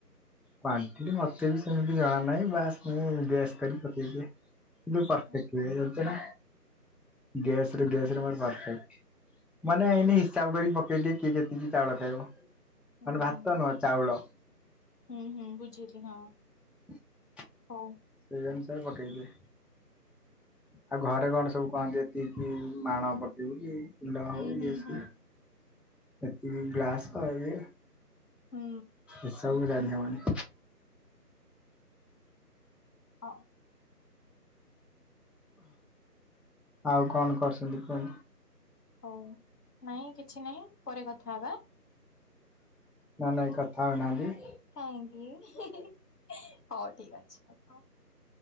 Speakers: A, in the centre; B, on the left (about 70°).
A: କ୍ୱାଣ୍ଟିଟି ମୋତେ ବି ସେମିତି ଜଣା ନାହିଁ, ବାସ୍ ମୁଁ ଗେସ୍ କରି ପକେଇଦିଏ। ବି ପର୍ଫେକ୍ଟ
B: ହଁ
A: ହେଇଯାଉଚି ନା ଗ୍ୟାସ୍ ରେ ଗ୍ୟାସରେ ମୋର ପର୍ଫେକ୍ଟ। ମାନେ ଏଇନେ ହିସାବ କରି ପକେଇ ଦିଏ କିଏ କେତିକି ଚାଉଳ ଖାଇବ ମାନେ
B: ହୁଁ
A: ଭାତ
B: ହୁଁ
A: ନୁହ ଚାଉଳ।
B: ହୁଁ ହୁଁ ବୁଝିଲି ହଁ।
A: <inaudible>
B: ହଉ।
A: ସେଇ ଅନୁସାରେ ପକେଇ ଦିଏ। ଆଉ ଘରେ କଣ ସବୁ କହନ୍ତି ଏତିକିି ମାଣ ପକେଇକି କୁଣ୍ଡ ହଉ
B: ହୁଁ ହୁଁ
A: ଇଏ ସିଏ
B: ହୁଁ।
A: ଏତିକି ଗ୍ଲାସ ଇଏ
B: ହୁଁ।
A: ଏସବୁ ଜାଣି ହବନି।
B: ହଁ।
A: ଆଉ କଣ କରଛନ୍ତି କୁହନ୍ତୁ?
B: ହଉ ନାଇଁ କିଛି ନାଇଁ ପରେ କଥା ହବା।
A: ନା ନାଇଁ କଥା ହଉନାହାନ୍ତି
B: କାହିଁକି ହି ହି ହଉ ଠିକ ଅଛି